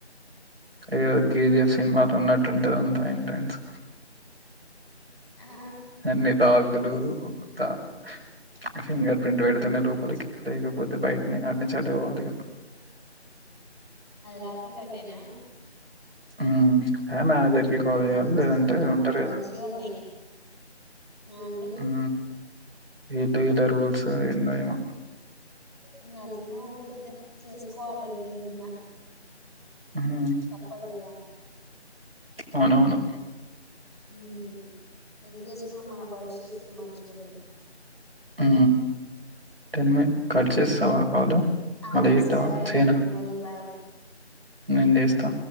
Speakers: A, on the right; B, on the left.
A: ఏవో కేజీఎఫ్ సినిమాలు ఉన్నట్టుంటేది అంత ఎంట్రన్స్.
B: ఆ
A: అన్ని డాగులు
B: ఏమ్స్
A: ఒక కుత్త ‌. ఆ ఫింగర్ ప్రింట్
B: ఉహు
A: పెడితేనే లోపలికి. లేకపోతే బయటనే అటి నుంచి అటే పోవాలిగా.
B: అది రాకుంటే అట్టేనా.
A: హుమ్ ఎ మేనేజర్ కి కాల్
B: మంచి
A: చేయాలి
B: మంచిన
A: లేదంటే ఉంటారు
B: మంచి
A: కదా.
B: మంచియే ఉన్నాయి ఆ అండి
A: హా ఏదేదా రూల్స్ ఏందో ఏమో.
B: ఇంగా అట్లనే ఉంటాది ఇగ చేసుకోవాలి ఇగ ఏదున్న.
A: మ్మ్
B: తప్పదు కదా.
A: అవునవును.
B: ఉహు ఎది చేసుకున్నా మన భవిష్యత్ కు మంచిగా ఉంటుది.
A: ఉ. టెన్ మినీ కట్ చేస్తావా కాలు
B: ఆ
A: మళ్లా చెత్తవా
B: సరే
A: చేయనా.
B: అండి మరి బాయ్
A: నేను చేస్తా.